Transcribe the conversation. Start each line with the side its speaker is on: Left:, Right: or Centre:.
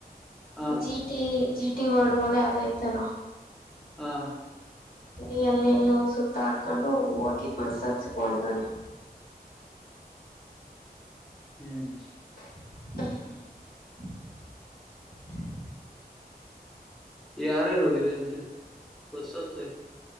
Centre: ಹಾ
Left: G T G T world ಮಲೆ ಅದಯ್ತಲ್ಲ
Centre: ಹಾ
Left: ಇ ಎಲ್ಲ ಎಲ್ಲ ಹೋಗಿ ಸುತ್ತ ಆಡ್ಕೊಂಡು ಹೋಗಿ ಮಸ್ಸತ್ಸಿ ಬಂದನೆ
Centre: ಹ್ಮ್
Left: <inaudible>
Centre: ಯಾರ್ಯಾರ ಹೋಗಿದೆ ಅಂತೆ ಹೊತ್ಸಸಯತು